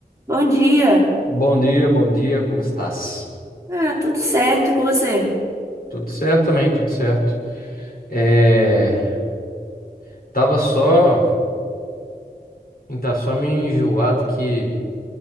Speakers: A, on the right; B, on the left.
A: Bom dia.
B: Bom dia, bom dia, como estás?
A: Ah, tudo certo. E com você?
B: Tudo certo também, tudo certo. É, tava só, tá só meio enjoado que